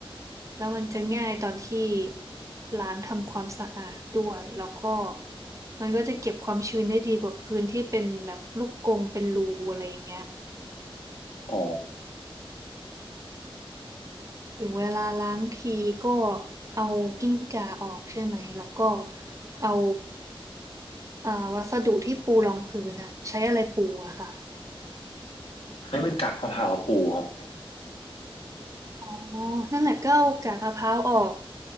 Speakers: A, on the right (about 35°); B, on the left (about 85°).
A: แล้วมันจะง่ายตอนที่ล้างทำความสะอาดด้วย แล้วก็มันก็จะเก็บความชื้นได้ดีกว่าพื้นที่เป็นแบบลูกกรงเป็นรูอะไรอย่างเงี้ย
B: อ๋อ
A: ถึงเวลาล้างทีก็เอากิ้งก่าออกใช่ไหม แล้วก็เอาอ่าวัสดุที่ปูรองพื้นอะใช้อะไรปูอะค่ะ
B: ให้เป็นกักมะพร้าวปูครับ
A: อ๋อนั่นแหละก็เอากากมะพร้าวออก